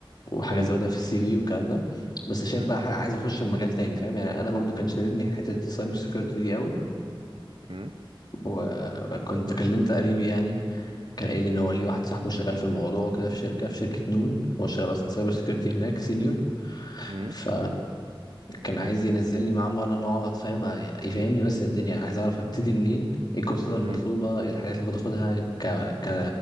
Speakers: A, on the left; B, on the right.
A: وحاجة
B: مم.
A: زودها في السي في والكلام ده بس شايف
B: مم.
A: بقى ح- عايز أخش في مجال تاني فاهم يعني أنا برضو كان شاددني حتة السايبر سيكيورتي دي قوي
B: مم.
A: وكنت كلمت قريبي يعني كان قايل لي ان هو ليه واحد صاحبه شغال في الموضوع وكده في شركه في شركه نون هو شغال اصلا سايبر
B: مم.
A: سكيورتي هناك سينيور
B: مم.
A: ف كان عايز ينزل لي معاه مره نقعد فاهم يفهمني بس الدنيا عايز اعرف ابتدي منين ايه الكورسات المطلوبه
B: مم.
A: ايه الحاجات اللي المفروض اخدها ك... ك